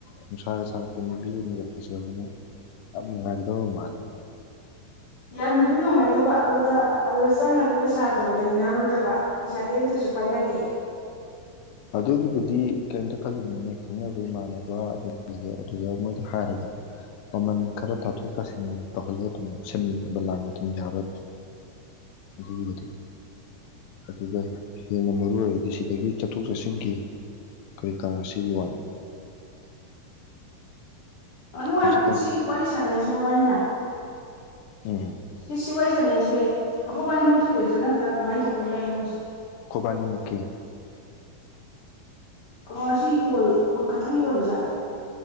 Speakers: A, on the left; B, on the left.
A: ꯅꯨꯡꯁꯥꯒ ꯁꯥꯔꯛꯄ ꯅꯨꯄꯤ ꯑꯃꯒ ꯐꯖꯕꯅꯦ ꯌꯥꯝ ꯅꯨꯡꯉꯥꯏꯒꯗꯕ ꯃꯥꯜꯂꯤꯦ
B: ꯌꯥꯝ ꯅꯨꯗꯤ ꯅꯨꯡꯉꯥꯏꯗꯕ ꯑꯗꯨꯗ ꯑꯗꯨꯗ ꯆꯪꯉꯗ ꯄꯩꯁꯥꯗꯣ ꯂꯩꯅꯔꯣꯏꯗꯕ ꯄꯩꯁꯥꯗꯤ ꯑꯝꯇꯁꯨ ꯄꯥꯏꯅꯗꯦ
A: ꯑꯗꯨꯒꯤꯕꯨꯗꯤ ꯀꯔꯤꯝꯇ ꯈꯜꯂꯤꯅꯤꯅꯦ ꯈꯪꯅꯕ ꯏꯃꯥꯟꯅꯕ ꯑꯗꯨꯝ ꯂꯩꯌꯦ ꯑꯗꯨꯗ ꯃꯣꯏꯗ ꯍꯥꯏꯔꯒ ꯃꯃꯟ ꯈꯔ ꯇꯥꯊꯣꯛ ꯇꯥꯁꯤꯟ ꯇꯧꯍꯜꯂꯒ ꯑꯗꯨꯝ ꯁꯤꯟꯕ ꯂꯥꯡꯕ ꯑꯗꯨꯝ ꯌꯥꯕ ꯑꯗꯨꯒꯤꯕꯨꯗꯤ ꯑꯗꯨ ꯍꯦꯟꯅ ꯃꯔꯨ ꯑꯣꯏꯔꯗꯤ ꯁꯤꯗꯒꯤ ꯆꯠꯊꯣꯛ ꯆꯠꯁꯤꯟꯒꯤ ꯀꯔꯤ ꯀꯥꯔꯥ ꯑꯁꯤꯒꯤꯒꯤ ꯋꯥꯅꯤ
B: ꯑꯗꯨꯅꯨꯡꯉꯥꯏꯄꯀꯣ
A: ꯍꯧꯖꯤꯛꯀꯥꯟ
B: ꯁꯤ ꯋꯥꯔꯤ ꯁꯥꯟꯅꯔꯤꯁꯤꯀꯣ ꯋꯥꯔꯤꯅ
A: ꯎ ꯍ
B: ꯁꯤ ꯁꯤ ꯋꯥꯔꯤ ꯁꯥꯟꯅꯩꯁꯦ ꯑꯩꯈꯣꯕꯥꯅꯤꯃꯛꯀꯤ ꯑꯣꯏꯗꯣꯏꯔꯥ ꯅꯠꯇ꯭ꯔꯥ ꯀꯃꯥꯏꯅ ꯇꯧꯗꯣꯏꯔꯥꯅꯣꯣꯏꯁꯦ
A: ꯈꯨꯕꯥꯅꯤ ꯃꯀꯤꯤ
B: ꯑ ꯁꯤ ꯀꯣꯜ ꯀꯣꯜ ꯈꯛꯇꯪꯒꯤ ꯑꯣꯏꯔꯣꯖꯥꯠꯂ